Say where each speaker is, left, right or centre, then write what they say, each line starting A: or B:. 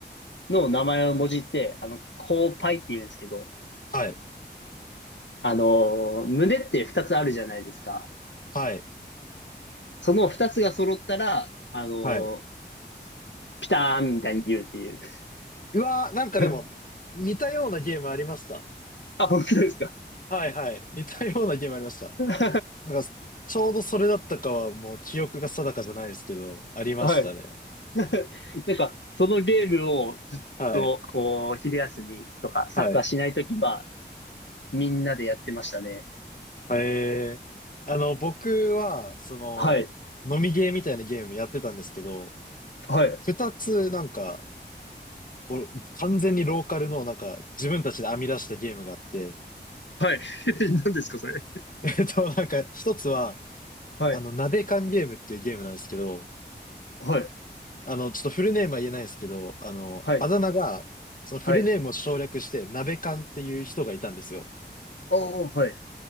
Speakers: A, on the left (about 80°); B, on the left (about 50°).
A: んの名前をもじって、あの、コウパイって言うんですけど、
B: はい。
A: あのー胸って2つあるじゃないですか。
B: はい。
A: その2つが揃ったら、あの
B: はい。
A: ーピターンみたいに言うっていう。
B: うわー、なんかでも、
A: <laughs>
B: 似たようなゲームありました。
A: あ、本当ですか。
B: はい、はい。似たようなゲームありました。
A: <laughs>
B: なんか、ちょうどそれだったかは、もう記憶が定かじゃないですけど、ありましたね。
A: はい。<laughs> なんか、そのゲームをずっと、
B: はい。
A: こう、昼休みとか、サッカーしないときは、
B: はい。
A: みんなでやってましたね。
B: えー、あの、僕は、その、
A: はい。
B: 飲みゲーみたいなゲームやってたんですけど、
A: はい。
B: 二つなんか、こう、完全にローカルのなんか、自分たちで編み出したゲームがあって、
A: はい。<laughs> 何ですか、それ。
B: <laughs> えっと、なんか、一つは、
A: はい。
B: あの、鍋缶ゲームっていうゲームなんですけど、
A: はい。
B: あの、ちょっとフルネームは言えないですけど、あの、
A: はい。
B: あだ名が、そのフルネームを省略して、
A: はい。
B: 鍋缶っていう人がいたんですよ。
A: おー、はい。